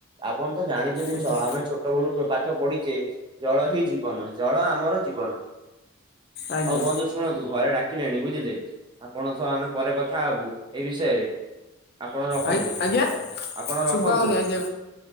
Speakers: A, on the right; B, on the left.
A: ଆପଣ ତ ଜାଣିଚନ୍ତି
B: ଆଜ୍ଞା
A: ଜ ଆମେ ଛୋଟ ବେଳୁ ପା ଠ ପଢିଚେ ଜଳ ହିଁ ଜୀବନ ଜଳ ଆମର ଜୀବନ।
B: ଆଜ୍ଞା
A: ହୋଉ ବନ୍ଧୁ ଶୁଣନ୍ତୁ ଘରେ ଡାକିଲେଣି ବୁଝିଲେ ଆପଣଙ୍କ ସହ ଆମେ ପରେ କଥା ହୋବୁ ଏଇ ବିଷୟରେ। ଆପଣ ରଖନ୍ତୁ
B: ଆଇ ଆଜ୍ଞା
A: ଆପଣ
B: ଶୁଭା
A: ରଖନ୍ତୁ
B: ହୋଉନି ଆଜ୍ଞା।